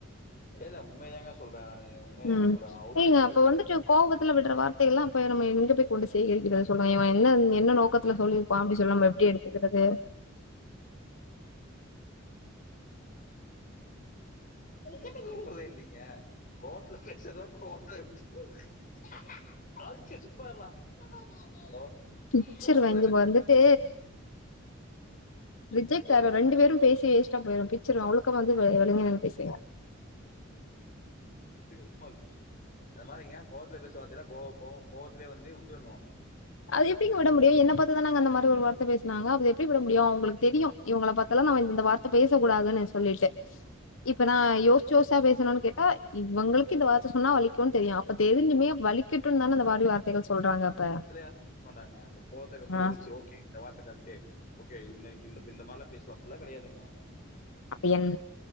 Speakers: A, on the left; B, on the left.
A: இல்ல உண்மையதாங்க சொல்றேன் நானு உண்மையதாங்க
B: உம்
A: சொல்றேன் ஹவுஸ்
B: நீங்க
A: ஹஸ்பண்டாவே
B: அப்ப
A: சந்தோஷ
B: வந்துட்டு கோவத்துல விட் ட்ர வார்த்தைலாம் அப்ப நம்ம எங்கே போய் கொண்டு சேகரிக்ரது சொல்ல இவ என்ன இந் என்ன நோக்கத்துல சொல்லிருப்பா அப்டி சொல்ல நம்ம எப்டி எடுத்துக்கிறது
A: <unintelligible> <unintelligible> அப்பில்லா இல்லிங்க கோவத் ல பேஷ்றதுலா கோவத்துல விட் <unintelligible> ஹலோ
B: பிக்சர்
A: கோவத்துல
B: வாங்கி
A: பேசுறது
B: வந்துட்டு ரிஜக்ட்டாரு
A: கோவத்துல
B: ரெண்டு பேரு பேசி வேஸ்ட்டா போயிரு பிச்சிருவ ஒழுக்கமா வந்து வே ஒழுங்க நின்னு பேசுங்க
A: சும்மாரு அந்த மாரிங்க கோவத்ல பேச வார்தைலா கோவ் கோவ் கோவத்திலியே வந்து வுட்ரணு
B: அது எப்டிங்க விட முடியு என்ன பாத்துதானங்க அந்த மாரி ஒரு வார்த்த பேஸ்னாங்க அது எப் எப்டி விட முடியு அவுங்குளுக் தெரியு இவங்கள பாத்தாலா நாம இந்த வார்த்தை பேச கூடாதுன்னு சொல்லிட்டு இப்ப நா யோஸ்ச்சு யோசா பேசுணுனு கேட்டா இவுங்குளுக்கு இந்த வார்த்தை சொன்னா வலிக்குன் தெரியு அப்ப தெரிஞ்சுமே வலிக் க்கிட்டுன் தானே அந்த வாரி வார்த்தைகள் சொல்றாங்க அப்ப
A: <inaudible> மாட்டாங்க அந்த கோவத்த பேசின
B: ஆ
A: யோச்சு ஓகே இந்த வார்த்த கரெக்ட்டு ஓகே இன்னைக்கு இந்த இந்த மாரிலா பேஸ்ல அப்டிலா கிடையாதுங்க
B: அப்ப என்